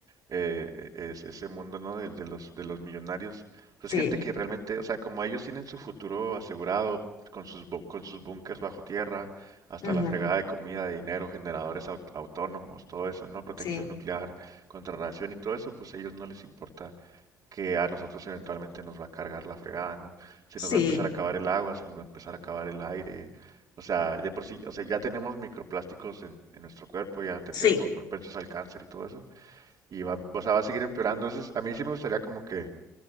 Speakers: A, on the right; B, on the left.
A: eh, e- es ese mundo, ¿no? De, de los, de los millonarios. Pues
B: Sí,
A: gente que realmente, o sea, como ellos tienen su futuro asegurado con sus, bu- con sus búnkers bajo tierra, hasta
B: ujú,
A: la fregada de comida, de dinero, generadores au- autónomos, todo eso, ¿no? Protección
B: sí,
A: nuclear, contrarradiación y todo eso, pues a ellos no les importa que a nosotros eventualmente nos va a cargar la fregada, ¿no? Se
B: sí,
A: nos va a empezar a acabar el agua, se nos va a empezar a acabar el aire. O sea, de por sí, o sea, ya tenemos microplásticos en, en nuestro cuerpo, ya, ten-
B: sí,
A: ya somos propensos al cáncer y todo eso y va, o sea, va a seguir empeorando. Entonces, a mí sí me gustaría como que,